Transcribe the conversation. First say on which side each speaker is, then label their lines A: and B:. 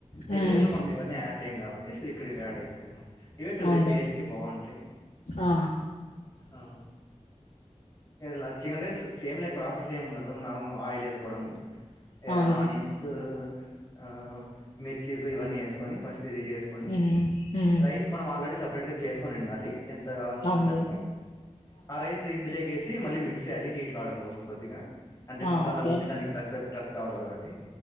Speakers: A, on the left; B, on the left.
A: ఎగ్
B: ఉమ్
A: రైస్ లో మనం ఇవన్నీ యాడ్ చేయాము కాబట్టి సో ఇక్కడ ఇవి యాడ్ అవుతాయి అమ్మా ఇవే టొది
B: అవునులే
A: టేస్ట్ కి బాగుంటాయి
B: ఆ
A: ఆ లచ్చకుంటే సేమ్ లేక ప్రాసెస్ ఏం ఉండదు నార్మల్ ఆయిల్ వేసుకోవడము ఇగ
B: అవునులే
A: ఆనియన్స్ ఆ మిర్చీస్ ఇవన్నీ వేసుకొని ఫస్ట్ ఇది చేసు కొని
B: ఉమ్ ఉమ్
A: రైస్ మనం ఆల్రెడీ సపరేట్ గా చేసుకొని ఉండాలి ఎంత కావాలో
B: అవునులే
A: అంటే అంత ఆ రైస్ ఇందులేకేసి మళ్ళీ మిక్స్ చేయాలి హీట్ కావడం కోసం కొద్దిగా అంటే
B: ఆ
A: మసాలాలన్నీ
B: ఓకే
A: దానికి టచ్ అప్ టచ్ కావాలే కాబట్టి